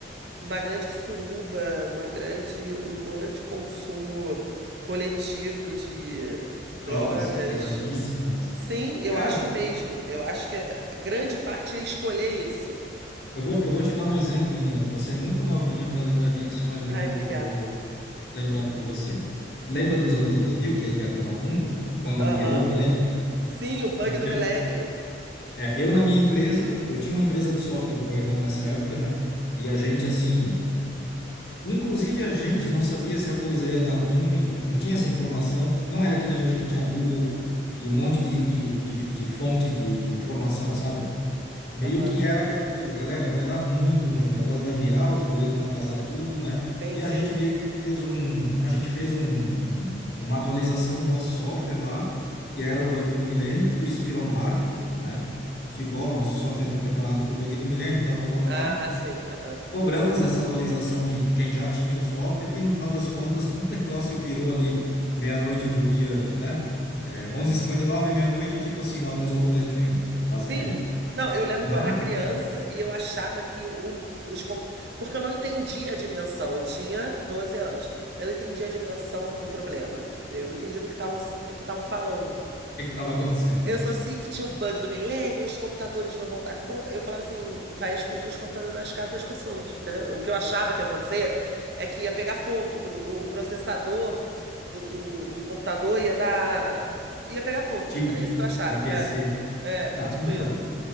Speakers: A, on the right; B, on the left.
A: uma grande suruba, uma grande, um grande consumo coletivo de drogas,
B: Drogas pesadíssimas.
A: Sim, eu
B: Cara,
A: acho mesmo. Eu acho que a grande parte é escolher isso.
B: Eu vou, eu vou te dar um exemplo, Lina. Você é muito novinha para lembrar disso, mas eu
A: Ai,
B: vou,
A: obrigada.
B: eu vou lembrar por você. Lembra dos anos 2000, que ia acabar o mundo? Quando
A: Aham.
B: virou o milênio?
A: Sim, o bug
B: Tipo,
A: do
B: eu,
A: milênio.
B: é, eu na minha empresa, eu tinha uma empresa de software com meu irmão nessa época, né? E a gente, assim, inclusive a gente não sabia se a coisa ia dar ruim ou não ia. Não tinha essa informação. Não era que nem hoje que tinha Google e um monte de, de, de, de fonte de, de informação, sabe? Meio
A: Aham.
B: que era aquela coisa, galera, vai dar muito ruim, o negócio vai virar, os boletos vão atrasar tudo, né?
A: Sim,
B: E
A: sim.
B: a gente meio que fez um, a gente fez um, um- uma atualização no nosso software lá, que era o bug do milênio, e isso virou marketing, né? Tipo, ó, o nosso software está preparado para o bug do milênio, tal, tal, tal, tal,
A: Ah,
B: tal.
A: sim. Aham.
B: Cobramos essa atualização de quem já tinha o software, e no final das contas, <laughs> o negócio virou ali meia-noite do dia, né? É, 11h59, meia-noite, tipo assim, não atrasou boleto nenhum, basicamente.
A: Sim. Não, eu lembro
B: Mas.
A: que eu era criança e eu achava que o, os. com- Porque eu não entendia a dimensão. Eu tinha 12 anos. Eu não entendia a dimensão do problema. Eu não entendia do que estavam do que estavam falando.
B: que estava acontecendo,
A: Eu
B: né?
A: só sei que tinha o bug do milênio, os computadores não vão dar conta. Eu falava assim, vai explodir os computadores nas casas das pessoas, entendeu? O que eu achava que ia acontecer é que ia pegar fogo, que o, o processador do, do, do computador ia dar... ia pegar fogo.
B: Tilt
A: Era isso que eu achava,
B: e aquecer.
A: era. É,
B: Não,
A: tipo
B: então.
A: isso.